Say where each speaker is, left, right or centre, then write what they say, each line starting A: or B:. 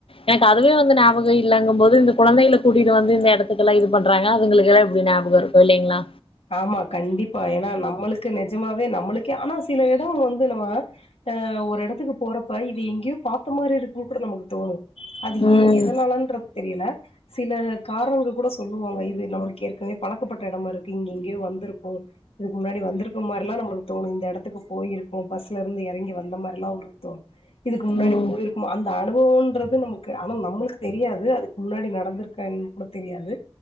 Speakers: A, on the left; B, on the left.
A: எனக்கு அதுவே வந்து ஞாபகம் இல்லங்கும்போது இந்த கொழந்தைகளை கூட்டிட்டு வந்து இந்த எத் இடத்துக்கல்லா இது பண்றாங்க அதுங்களுக்குக்கெல்ல எப்டி ஞாபக இருக்கும் இல்லைங்களா
B: ஆம்மா கண்டிப்பா ஏனா நம்பளுக்கு நெஜமாவே நம்பளுக்கே ஆனா சில எடம் வந்து நம்ம அ ஆ ஒரு எடத்துக்கு போறப்ப இது எங்கேயோ பாத்த மாரி இருக்குன்னு கூட நமக்கு தோணும் அது
A: ம்
B: ஏ எதனாலன்றது தெரியல சில காரணங்கள் கூட சொல்லுவாங்க இது நம்மளுக்கு ஏற்கனவே பழக்கப்பட்ட எடமா இருக் இங்க எங்கேயோ வந்திருக்கும் இதுக்கு முன்னாடி வந்திருக்கும் மாரில்லா நம்மளுக்கு தோணும் இந்த எடத்துக்கு போயிருக்கும் பஸ்ல இருந்து இறங்கி வந்த மாரில்லாம் உள்க்கு தோணும் இதுக்கு முன்னாடி
A: ம்
B: போயிருக்கும் அந்த அனுபவம்ன்றது ந்து நமக்கு ஆனா நம்மளுக்கு தெரியாது அதுக்கு முன்னாடி நடந்துருக்க ன். கூட தெரியாது